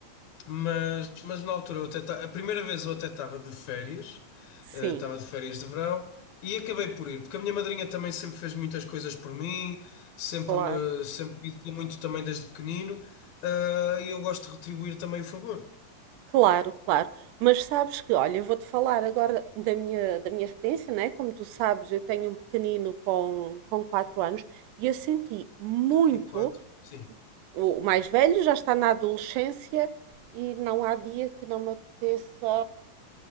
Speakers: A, on the left (about 70°); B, on the right (about 80°).
A: mas, mas na altura eu até ta- a primeira vez eu até estava de férias,
B: Sim,
A: eh, estava de férias de verão e acabei por ir, porque a minha madrinha também sempre fez muitas coisas por mim, sempre
B: claro.
A: me, sempre me educou muito também desde pequenino, ah, e eu gosto de retribuir também o favor.
B: Claro, claro. Mas sabes que, olha, eu vou-te falar agora da minha, da minha experiência, né? Como tu sabes, eu tenho um pequenino com, com 4 anos e eu senti muito.
A: Já tenho quatro, sim.
B: O, o mais velho já está na adolescência e não há dia que não me apeteça,